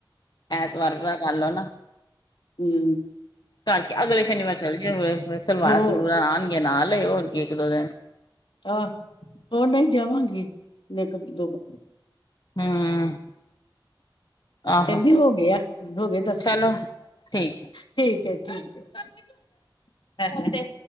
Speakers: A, on the left (about 55°); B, on the left (about 75°).
A: ਐਤਵਾਰ ਦਾ ਕਾਰਲੋ ਨਾ।
B: ਹੂੰ।
A: ਕਾਰਕੇ ਅਗਲੇ ਸ਼ਨੀਵਾਰ ਚੱਲ ਜੇਓ ਫੇਰ, ਹੁਣੇ ਸਲਵਾਰਾਂ-ਸਲਵੂਰਾਂ
B: ਹੋਰ
A: ਆਨਗੀਆਂ ਨਾ ਲਏ ਓ ਹੋਰ ਕਿ ਏਕ ਦੋ ਦੇਨ
B: ਆ, ਓ ਨਈ ਜਾਵਾਂਗੀ ਮੇਕਪ ਦੋ ਬੰਦੇ
A: ਹੂੰ ਆਹੋ
B: ਕਂਦੀ ਹੋ ਗੇਯਾ, ਹੋ ਗੇ ਦੱਸ
A: ਚਲੋ ਠੀਕ
B: ਠੀਕ ਏ, ਠੀਕ ਏ।